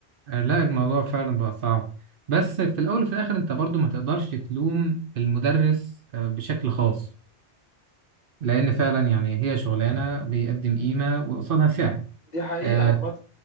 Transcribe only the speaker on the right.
آه، لا الموضوع فعلا بقى صعب بس في الاول وفي الاخر انت برضو ما تقدرش تلوم المدرس آه، بشكل خاص لان فعلا يعني هي شغلانه بيقدم قيمه وقصادها سعر
آه